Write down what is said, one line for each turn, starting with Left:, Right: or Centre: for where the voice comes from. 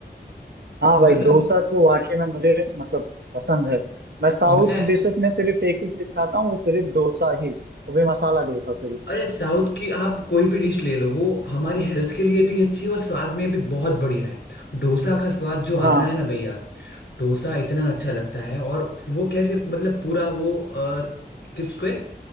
Right: हाँ
Left: मतलब
Right: भाई डोसा तो वाकई में मुझे मतलब पसंद है मैं साउथ
Left: मैं
Right: डिशेस में सिर्फ एक ही चीज खाता हूँ वो सिर्फ डोसा ही वो भी मसाला डोसा सिर्फ
Left: अरे साउथ की आप कोई भी डिश ले लो वो हमारी हेल्थ के लिए भी अच्छी है और स्वाद में भी बहुत बढ़िया है डोसा का स्वाद जो
Right: हाँ
Left: आता है ना भैया डोसा इतना अच्छा लगता है और वो कैसे मतलब पूरा वो अ, किसके